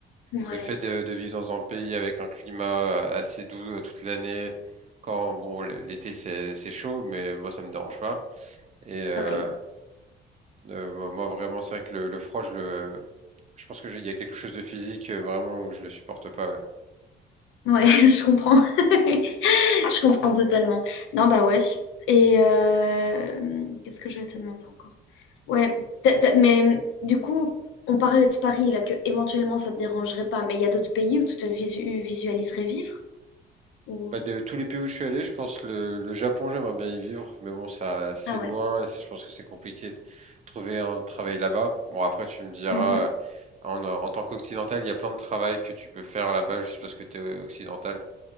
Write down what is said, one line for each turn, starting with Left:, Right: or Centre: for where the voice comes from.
Left: Ouais,
Right: Le fait de, de vivre dans un pays avec un climat euh, assez doux euh, toute l'année, quand, bon, l'été, c'est c'est chaud, mais moi, ça me dérange pas. Et euh,
Left: pareil.
Right: Euh, moi, moi, vraiment, c'est vrai que le, le froid, je le, je pense que j'ai- il y a quelque chose de physique euh, vraiment où je le supporte pas. ouais.
Left: Ouais, <laughs> je comprends. <laughs> Je comprends totalement. Non, bah ouais. Et euh, qu'est-ce que je vais te demander encore? Ouais, t'as- t'as- mais du coup, on parlait de Paris, là, que éventuellement ça te dérangerait pas, mais il y a d'autres pays où tu te visu- visualiserais vivre? Ou...
Right: Bah, de tous les pays où je suis allé, je pense le, le Japon, j'aimerais bien y vivre, mais bon, ça, c'est
Left: Ah
Right: loin
Left: ouais.
Right: et c'est- je pense que c'est compliqué de trouver un travail là-bas. Bon, après, tu me diras,
Left: Mhm.
Right: euh, en, en tant qu'occidental, il y a plein de travail que tu peux faire là-bas juste parce que tu es occidental,